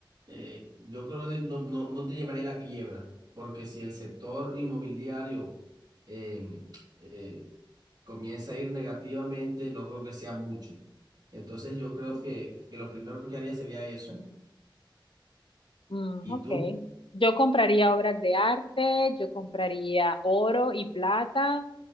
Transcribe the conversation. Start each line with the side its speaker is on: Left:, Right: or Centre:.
Right: eh, yo creo que no, no- no te llevaría a la quiebra, porque si el sector inmobiliario em, eh, comienza a ir negativamente, no creo que sea mucho. Entonces yo creo que, que lo primero que haría sería eso.
Left: Mm,
Right: Y
Left: ok.
Right: tú,
Left: Yo compraría obras de arte, yo compraría oro y plata,